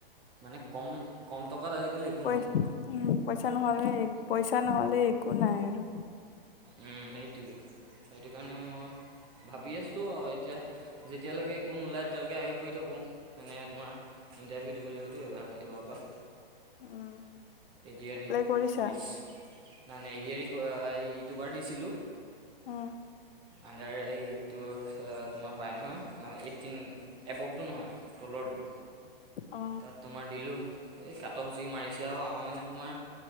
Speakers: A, on the right; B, on the left.
A: মানে কম, কম টকাত আজিকালি একো
B: পইচা
A: নহয়
B: উম, পইচা নহ'লে পইচা নহ'লে একো নাই আৰু।
A: উম, সেইটোৱেই। সেইটো কাৰণে মই ভাবি আছোঁ আৰু এতিয়া। যেতিয়ালৈকে একো নোলায়, তেতিয়ালৈকে এয়াকে কৰি থাকোঁ। মানে তোমাৰ ইণ্টাৰভিউ দিব লাগিবতো এইবাৰ, এইবাৰৰ পৰা।
B: উম,
A: A D R
B: apply
A: E,
B: কৰিছা
A: police নাই নাই এ ডি আৰ ই ক দুবাৰ দিছিলোঁ।
B: উম,
A: আণ্ডাৰ এইতটো তোমাৰ পায় নহয়, এইটিন। এববটো নহয় তলৰটো।
B: অ,
A: তাত তোমাৰ দিলোঁ। এই কাট অফ যি মাৰিছে আৰু তোমাৰ মানে তোমাৰ